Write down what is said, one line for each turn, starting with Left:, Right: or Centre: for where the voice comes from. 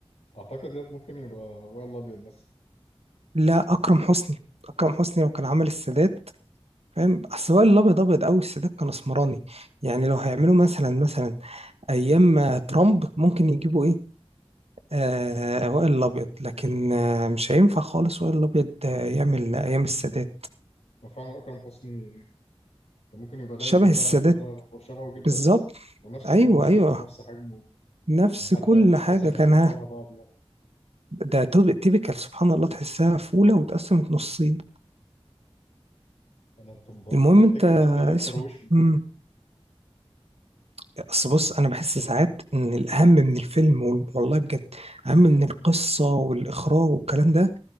Left: أعتقد ياد ممكن يبقى وائل الأبيض مثلا
Right: لا اكرم حسني اكرم حسني لو كان عمل السادات فاهم اصل هو الابيض ابيض قوي السادات كان اسمراني يعني لو هيعملوا مثلا مثلا ايام ترامب ممكن يجيبوا ايه آه وائل الأبيض لكن آه مش هينفع خالص وائل الأبيض آه يعمل أيام السادات
Left: فعلا أكرم حسني كان ممكن يبقى لايق
Right: شبه
Left: جدا
Right: السادات
Left: على الدور ده هو شبهه جدا
Right: بالظبط
Left: أصلا ونفس
Right: أيوه
Left: لون بشرته
Right: أيوه
Left: ونفس حجمه
Right: نفس
Left: يعني حتى
Right: كل
Left: حتى
Right: حاجة
Left: سحنتهم
Right: كان ها
Left: شبه بعض يعني
Right: ده توب- تيبيكال سبحان الله تحسها فولة واتقسمت نصين
Left: أنا طب
Right: المهم
Left: تفتكر
Right: أنت
Left: طب ليه ما اختاروش
Right: اسمه
Left: في الدور
Right: مم.
Left: ده؟
Right: أصل بص أنا بحس ساعات إن الأهم من الفيلم وال- والله بجد أهم من القصة والإخراج والكلام ده